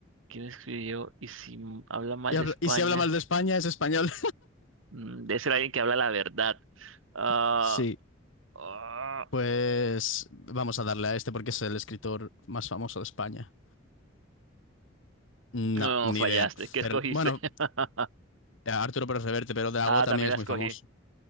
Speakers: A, on the right; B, on the left.
A: ¿Quién escribió? Y si m- habla mal
B: Y,
A: de
B: habla-
A: España,
B: y si habla mal de España, es español.
A: mm, debe ser alguien que habla la verdad. Ah,
B: <laughs> Sí.
A: ah,
B: Pues vamos a darle a este porque es el escritor más famoso de España. No,
A: no,
B: ni
A: fallaste.
B: idea. Fer-
A: ¿Qué escogiste?
B: Bueno,
A: <laughs>
B: eh, Arturo Pérez Reverte, pero Drago
A: Ah,
B: también
A: también
B: es
A: la
B: muy
A: escogí.
B: famoso.